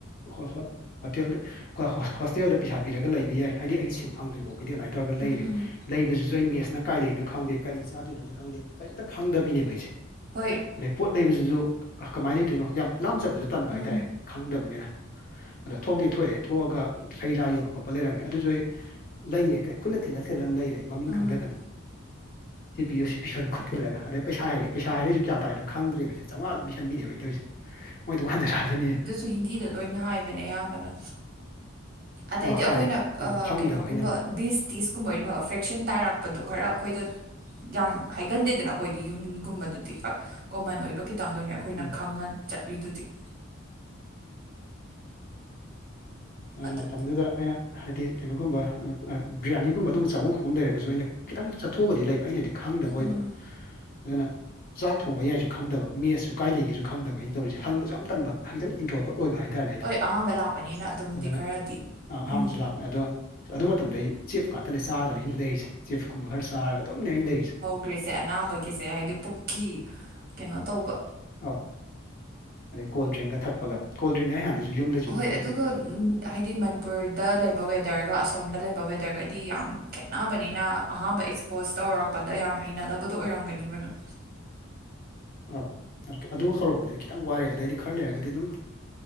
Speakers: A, on the left; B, on the right.
A: ꯍꯣꯏ ꯍꯣꯏ ꯍꯣꯇꯦꯜꯗ ꯀ ꯍꯣꯁꯇꯦꯜꯗ ꯄꯩꯁꯥ ꯄꯤꯔꯒ ꯂꯩꯕ ꯌꯥꯏ ꯍꯥꯏꯗꯤ ꯑꯩꯒꯤ ꯁꯤꯠ ꯐꯪꯗ꯭ꯔꯤꯐꯥꯎ ꯀꯗꯤ ꯑꯗꯨꯅꯥꯏ ꯇꯧꯔꯒ
B: ꯎꯝ
A: ꯂꯩꯔꯦ꯫
B: ꯎꯝ
A: ꯂꯩꯕꯁꯤꯁꯨ ꯑꯩ ꯃꯦꯠꯁꯅ ꯀꯥꯏ ꯂꯩꯔꯤꯅꯣ ꯈꯪꯗꯦ ꯀꯔꯤ ꯆꯥꯗꯣꯏꯅꯣꯁꯨ ꯈꯪꯗꯦ ꯀꯔꯤꯝꯇ ꯈꯪꯗꯕꯤꯅꯦꯕ ꯑꯩꯁꯦ꯫
B: ꯍꯣꯏ꯫
A: ꯑꯗꯩ ꯄꯣꯠ ꯂꯩꯕꯁꯤꯁꯨ ꯀꯃꯥꯏꯅ ꯂꯩꯇꯣꯏꯅꯣ ꯌꯥꯝ ꯂꯥꯝ ꯆꯠꯕꯁꯨ ꯇꯟꯕ
B: ꯎꯝ
A: ꯍꯥꯏꯇꯥꯔꯦ ꯈꯪꯗꯕꯅꯤꯅ꯫ ꯑꯗꯣ ꯊꯣꯛꯇꯤ ꯊꯣꯛꯑꯦ ꯊꯣꯛꯑꯒ ꯍꯩ ꯔꯥ ꯌꯣꯟꯕ ꯈꯣꯠꯄ ꯂꯩꯔꯝꯃꯦ ꯑꯗꯨꯁꯨ ꯑꯩ ꯂꯩꯔꯦ ꯀꯩ ꯈꯨꯠꯅ ꯊꯤꯜꯂ ꯊꯤꯜꯂ ꯂꯩꯔꯦ ꯃꯃꯤꯡ
B: ꯎꯝ
A: ꯈꯪꯗꯗꯅ꯫ ꯁꯤꯄꯤꯌꯣ ꯁꯤ ꯂꯄꯤꯌꯣꯅ ꯈꯨꯠꯊꯤꯜꯂꯒ ꯑꯗꯩ ꯄꯩꯁꯥ ꯍꯥꯏꯔꯛꯑꯦ ꯄꯩꯁꯥ ꯍꯥꯏꯔꯛꯏꯁꯨ ꯀꯌꯥ ꯇꯥꯏꯅꯣ꯫ ꯈꯪꯗ꯭ꯔꯦꯕꯁꯦ ꯆꯧꯉꯥ ꯑꯗꯨꯝ ꯄꯤꯁꯟꯕꯤꯅ ꯑꯩꯟ ꯇꯧꯁꯦ ꯃꯣꯏ ꯊꯣꯛꯄ ꯍꯟꯖꯔꯛꯑꯅꯦꯗ꯫
B: ꯁ ꯍꯤꯟꯗꯤꯗ ꯂꯣꯏꯅ ꯍꯥꯏꯕꯅꯦ ꯑꯌꯥꯝꯕꯅ ꯑꯗꯩꯗꯤ
A: ꯑꯧ ꯍꯥꯏꯌꯦꯕ
B: ꯑꯩꯈꯣꯏꯅ
A: ꯑꯗꯣ
B: ꯑꯥ
A: ꯈꯪꯗꯕ
B: ꯀꯩꯅꯣꯒꯨꯝꯕ
A: ꯑꯩꯅ ꯑꯃꯨꯛ
B: ꯕꯤꯁ ꯇꯤꯁ ꯀꯨꯝꯕ ꯑꯣꯏ ꯐꯕ ꯐ꯭ꯔꯦꯛꯁꯟ ꯇꯥꯔꯛꯄꯗꯣ ꯈꯔ ꯑꯩꯈꯣꯏꯗ ꯌꯥꯝ ꯍꯥꯏꯒꯟꯗꯦꯗꯅ ꯑꯩꯈꯣꯏꯗꯤ ꯌꯨꯝꯒꯨꯝꯕꯗꯗꯤ ꯀꯣꯃꯟ ꯑꯣꯏꯕ ꯈꯤꯇꯪꯗꯅꯦꯕ꯫ ꯑꯩꯈꯣꯏꯅ
A: ꯎꯝ
B: ꯈꯪꯉ ꯆꯠꯂꯤꯗꯨꯗꯤ꯫ ꯑꯗꯨ
A: ꯃꯇꯝꯗꯨꯗ ꯑꯩꯅ ꯍꯥꯏꯗꯤ ꯀꯩꯅꯣꯒꯨꯝꯕ ꯕꯤ꯭ꯔꯌꯥꯅꯤꯒꯨꯝꯕ ꯑꯗꯨꯝꯕ ꯆꯥꯐꯝ ꯈꯣꯠꯐꯝ ꯂꯩꯔꯒꯁꯨ ꯑꯩꯅ ꯈꯤꯇꯪ ꯆꯠꯊꯣꯛꯑꯒꯗꯤ ꯂꯩꯕ ꯑꯩꯅꯗꯤ ꯈꯪꯗꯕ
B: ꯎꯝ
A: ꯑꯣꯏꯕ ꯑꯗꯨꯅ ꯆꯥꯛ ꯊꯣꯡꯕ ꯌꯥꯏꯁꯨ ꯈꯪꯗꯕ ꯃꯦꯠꯁꯨ ꯀꯥꯏ ꯂꯩꯒꯦꯁꯨ ꯈꯪꯗꯕ ꯑꯩꯟ ꯇꯧꯔꯤꯁꯦ ꯍꯪꯕꯁꯨ ꯌꯥꯝ ꯇꯟꯕ ꯍꯥꯈꯤꯛꯇꯪ ꯏꯟꯇꯣꯔꯕꯠ ꯑꯣꯏꯕ ꯍꯥꯏꯇꯥꯔꯦ꯫ ꯑꯩꯗꯣ
B: ꯑꯍꯥꯕ ꯂꯥꯛꯄꯅꯤꯅ ꯑꯗꯨꯝꯗꯤ
A: ꯑꯗꯨꯅ
B: ꯈꯔꯗꯤ
A: ꯑꯍꯥꯥꯟꯕꯁꯨ
B: ꯎꯝ
A: ꯂꯥꯛꯄꯅꯦ ꯑꯗꯣ ꯑꯗꯨ ꯃꯇꯝꯗ ꯑꯩ ꯆꯤꯞ ꯉꯥꯛꯇꯅꯦ ꯆꯥꯔꯒꯅꯤ ꯑꯩꯅ ꯂꯩꯁꯦ꯫ ꯆꯤꯐꯀꯨꯝꯕ ꯈꯔ ꯆꯥꯔꯒ ꯑꯗꯨꯝꯅꯦ ꯑꯩꯅ ꯂꯩꯔꯤꯁꯦ꫰꫰
B: ꯒ꯭ꯔꯤꯠꯁꯦ ꯑꯅꯥꯕꯒꯤꯁꯦ ꯍꯥꯏꯗꯤ ꯄꯨꯛꯀꯤ ꯀꯩꯅꯣ ꯇꯧꯕ꯫
A: ꯑꯧ ꯑꯗꯩ ꯀꯣꯜ ꯗ꯭ꯔꯤꯡꯒ ꯊꯛꯄꯒ ꯀꯣꯜ ꯗ꯭ꯔꯤꯡꯗꯤ ꯑꯩ ꯍꯥꯟꯗꯩꯁꯨ ꯌꯨꯝꯗꯩꯁꯨ ꯑꯗꯨꯝ
B: ꯍꯣꯏ
A: ꯊꯛꯂꯛꯑꯦꯕ
B: ꯑꯗꯨꯒ
A: ꯑꯩ
B: ꯎꯝ,
A: ꯌꯥꯝꯅ꯫
B: ꯍꯥꯏꯗꯤ ꯃꯅꯤꯄꯨꯔꯗ ꯂꯩꯕ ꯋꯦꯗꯔꯒ ꯑꯁꯣꯝꯗ ꯂꯩꯕ ꯋꯦꯗꯔꯒꯗꯤ ꯌꯥꯝ ꯈꯦꯠꯅꯕꯅꯤꯅ ꯑꯍꯥꯥꯟꯕ ꯑꯦꯛꯁꯄꯣꯖ ꯇꯧꯔꯛꯄꯗ ꯌꯥꯝ ꯍꯩꯅꯗꯕꯗꯣ ꯑꯣꯏꯔꯝꯒꯅꯤꯕ ꯅꯣꯏ꯫
A: ꯑꯧ ꯑꯗꯨ ꯍꯧꯔꯛꯄꯗꯗꯤ ꯈꯤꯇꯪ ꯋꯥꯔꯦ ꯑꯗꯩꯗꯤ ꯈꯔ ꯂꯩꯔꯒꯗꯤ ꯑꯗꯨꯝ